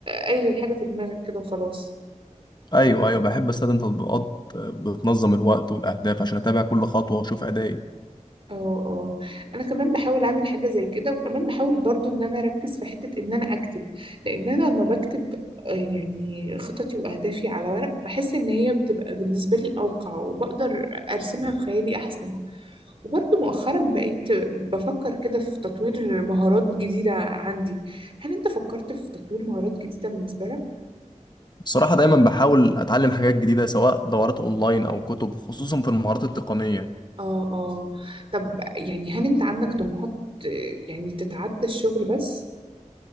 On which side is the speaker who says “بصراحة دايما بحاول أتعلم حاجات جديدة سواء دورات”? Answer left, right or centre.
Left